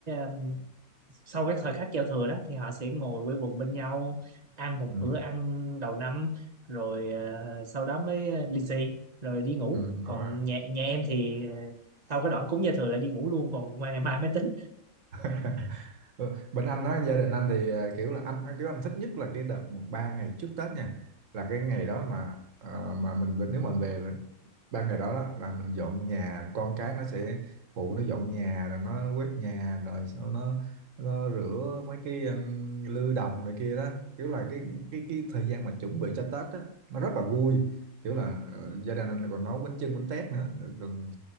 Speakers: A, on the right; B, on the right.
A: um, sau cái thời khắc giao thừa đó thì họ sẽ ngồi quây quần bên nhau ăn một
B: ừ,
A: bữa ăn đầu năm rồi à, sau đó mới à, lì xì rồi đi ngủ
B: ừ, đúng
A: còn
B: rồi.
A: nhà nhà em thì à, sau cái đoạn cúng giao thừa là đi ngủ luôn còn qua ngày mai mới tính
B: <laughs> Ừ, bên anh á gia đình anh thì ờ, kiểu là anh anh- kiểu anh thích nhất là cái đợt ba ngày trước Tết nha là cái ngày đó mà ờ, mà mình về- nếu mà mình về mình- ba ngày đó, đó là mình dọn nhà con cái nó sẽ phụ nó dọn nhà rồi nó quét nhà rồi sau nó nó rửa mấy cái um, lư đồng này kia đó kiểu là cái cái cái thời gian mà chuẩn bị cho Tết á nó rất là vui kiểu là ờ, gia đình anh còn nấu bánh chưng bánh tét nữa còn